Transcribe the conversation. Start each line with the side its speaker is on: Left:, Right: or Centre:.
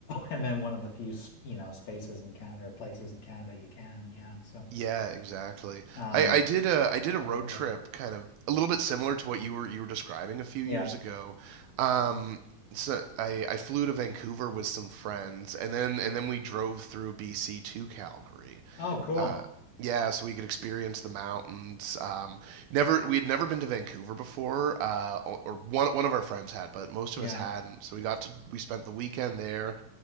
Left: And then one of the few, you know, spaces in Canada or places in Canada you can. Yeah. So,
Right: Yeah, exactly.
Left: um,
Right: I, I did a I did a
Left: Oh,
Right: road
Left: go ahead.
Right: trip kind of a little bit similar to what you were you were describing a few
Left: yeah.
Right: years ago. Um, so I, I flew to Vancouver with some friends and then and then we drove through BC to Calgary.
Left: Oh, cool.
Right: Uh, yeah, so we could experience the mountains. Um, never we had never been to Vancouver before, uh, or or one one of our friends had, but most
Left: Yeah.
Right: of us hadn't. So we got to we spent the weekend there